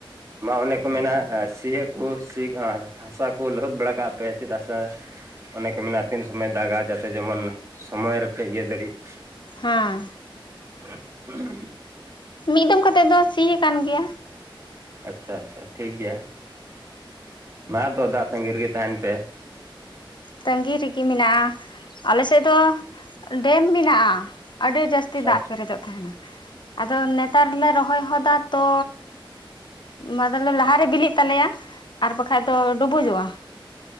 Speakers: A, on the right; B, on the left.
A: ᱢᱟ ᱚᱱᱮ ᱠᱚ ᱢᱮᱱᱟᱜ, ᱟ ᱥᱤᱭᱟᱠᱚ ᱥᱤᱜ-ᱟ᱾ ᱥᱟᱨ ᱠᱚ ᱞᱚᱦᱚᱫ ᱵᱟᱲᱟ ᱠᱟᱜ ᱯᱮ ᱪᱮᱫᱟᱜ ᱥᱮ ᱚᱱᱮᱠᱚ ᱢᱮᱱᱟ ᱛᱤᱱ ᱥᱚᱢᱚᱭ ᱫᱟᱜᱟ ᱡᱟᱛᱮ ᱡᱮᱢᱚᱱ ᱥᱚᱢᱚᱭ ᱨᱮᱯᱮ ᱤᱭᱟᱹ ᱫᱟᱲᱤᱜ᱾
B: ᱦᱩᱸ᱾
A: <unintelligible>
B: ᱢᱤᱫᱚᱢ ᱠᱟᱛᱮᱜ ᱫᱚ ᱥᱤᱭᱟ ᱟᱠᱟᱱ ᱜᱮᱭᱟ᱾
A: ᱟᱪᱪᱷᱟ ᱟᱪᱪᱷᱟ ᱴᱷᱤᱠ ᱜᱮᱭᱟ᱾ ᱢᱟ ᱛᱚ ᱫᱟᱜ ᱛᱟᱺᱜᱤ ᱨᱮᱜᱮ ᱛᱟᱦᱮᱱ ᱯᱮ᱾
B: ᱛᱟᱺᱜᱤ ᱨᱮᱜᱮ ᱢᱮᱱᱟᱜᱼᱟ᱾ ᱟᱞᱮ ᱥᱮᱫ ᱫᱚ ᱰᱮᱢ ᱢᱮᱱᱟᱜᱼᱟ᱾ ᱟᱹᱰᱤ ᱡᱟᱹᱥᱛᱤ
A: ᱟᱪᱪᱷᱟ
B: ᱫᱟᱜ
A: ᱦᱮᱸ
B: ᱯᱮᱨᱮᱡᱚᱜ ᱛᱟᱦᱮᱱᱟ ᱟᱫᱚ ᱱᱮᱛᱟᱨ ᱞᱮ ᱨᱚᱦᱚᱭ ᱦᱚᱫᱟ ᱛᱚᱻ <unintelligible> ᱞᱟᱦᱟᱨᱮ ᱵᱤᱞᱤᱜ ᱛᱟᱞᱮᱭᱟ ᱟᱨ ᱵᱟᱠᱷᱷᱟᱡ ᱫᱚ ᱰᱩᱵᱩᱡᱚᱜᱼᱟ᱾